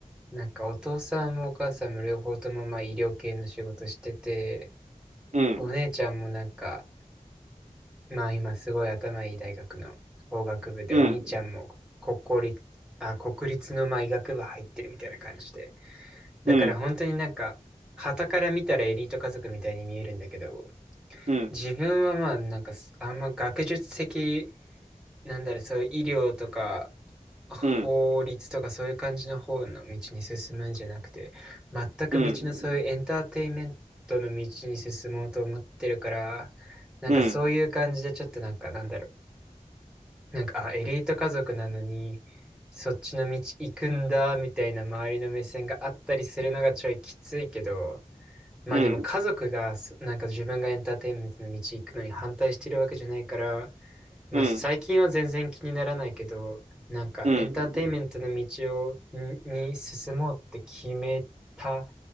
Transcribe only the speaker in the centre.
なんかお父さんもお母さんも両方ともまあ医療系の仕事してて、
お姉ちゃんもなんか、まあ今すごい頭いい大学の法学部で、
お兄ちゃんも国公立、あ、国立のまあ医学部入ってるみたいな感じで。だから本当になんか、
傍から見たらエリート家族みたいに見えるんだけど、
自分はまあなんかす、あんま学術的、なんだろう、そういう医療とか、法律とかそういう感じの方の道に進むんじゃなくて、
全く別のそういうエンターテインメントの道に進もうと思ってるから、
なんかそういう感じでちょっとなんかなんだろう、
なんか、あ、エリート家族なのに、そっちの道行くんだ、みたいな周りの目線があったりするのがちょいきついけど、まあでも家族がそ、
なんか自分がエンターテインメントの道行くのに反対してるわけじゃないから、まあ最近は全然気にならないけど、
なんかエンターテインメントの道を、
に、に進もうって決めた